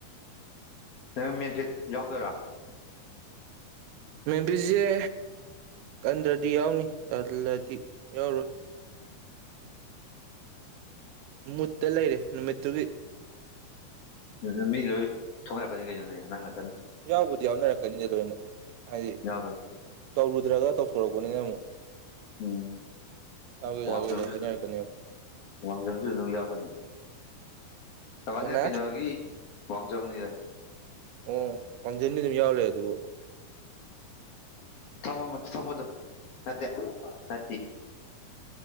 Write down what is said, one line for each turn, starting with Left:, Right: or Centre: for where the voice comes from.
Left: ꯎꯝ ꯃꯤꯁꯤꯠ ꯌꯎꯕꯗꯔꯥ
Right: ꯃꯕꯤꯁꯤꯦ ꯇꯟꯗ꯭ꯔꯗꯤ ꯌꯥꯎꯅꯤ ꯇꯜꯂꯗꯤ ꯌꯥꯎꯔꯣꯏ ꯃꯨꯠꯇ ꯂꯩꯔꯦ ꯅꯨꯃꯤꯠꯇꯨꯒꯤ
Left: ꯎꯝ ꯃꯤ ꯂꯣꯏ ꯊꯨꯒꯥꯏꯕꯥꯅꯤꯅꯦ ꯀꯩꯅꯣ ꯅꯪꯅ
Right: ꯌꯥꯎꯕꯨꯗꯤ ꯌꯥꯎꯅꯔꯛꯀꯅꯤꯗ ꯂꯣꯏꯅ ꯍꯥꯏꯗꯤ
Left: ꯌꯥꯎꯔꯛꯀꯅꯤ
Right: ꯇꯧꯔꯨꯗ꯭ꯔꯒ ꯇꯧꯊꯣꯔꯛꯄꯅꯤꯅ ꯑꯃꯨꯛ
Left: ꯎꯝ
Right: ꯌꯥꯎꯒꯦ
Left: ꯋꯥꯡꯖꯣꯝꯁꯨ
Right: ꯌꯥꯎꯒꯦ ꯂꯣꯏ ꯍꯥꯏꯅꯔꯛꯀꯅꯦꯕ
Left: ꯑꯗꯨꯝ ꯋꯥꯡꯖꯣꯝꯁꯨ ꯑꯗꯨꯝ ꯌꯥꯄꯅꯤ ꯑꯅꯦ
Right: ꯀꯅꯥ
Left: ꯀꯩꯅꯣꯒꯤ ꯋꯥꯡꯖꯕꯅꯤꯗ <unintelligible>
Right: ꯑꯣ ꯋꯥꯡꯖꯟꯕꯤ ꯑꯗꯨꯝ ꯌꯥꯎꯂꯦ ꯑꯗꯨꯕꯨ
Left: ꯊꯃꯣ ꯎꯝ ꯊꯝꯃꯣ ꯑꯗꯨꯝ ꯃꯦ ꯑꯠꯇꯦ ꯇ